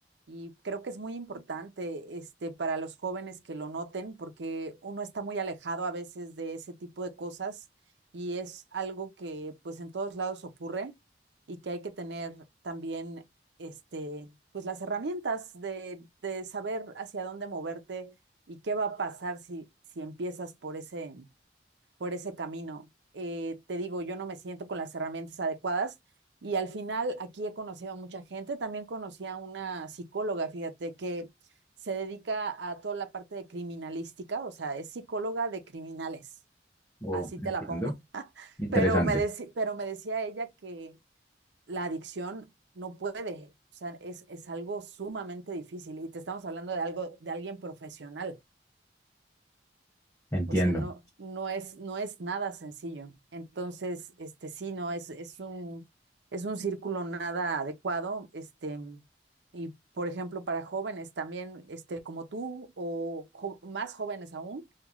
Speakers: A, on the right; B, on the left.
A: y creo que es muy importante este para los jóvenes que lo noten porque uno está muy alejado a veces de ese tipo de cosas y es algo que pues en todos lados ocurre y que hay que tener también este pues las herramientas de de saber hacia dónde moverte y qué va a pasar si si empiezas por ese por ese camino. Eh, te digo, yo no me siento con las herramientas adecuadas y al final aquí he conocido a mucha gente. También conocí a una psicóloga, fíjate, que se dedica a toda la parte de criminalística, o sea, es psicóloga de criminales,
B: Oh,
A: así te
B: entiendo.
A: la pongo. <laughs>
B: Interesante.
A: pero, me decí, pero me decía ella que la adicción no puede, o sea, es, es algo sumamente difícil y te estamos hablando de algo, de alguien profesional.
B: Entiendo.
A: O sea, no, no es, no es nada sencillo. Entonces, este sí, no, es, es un, es un círculo nada adecuado. Este, y por ejemplo, para jóvenes también, este, como tú, o jo- más jóvenes aún,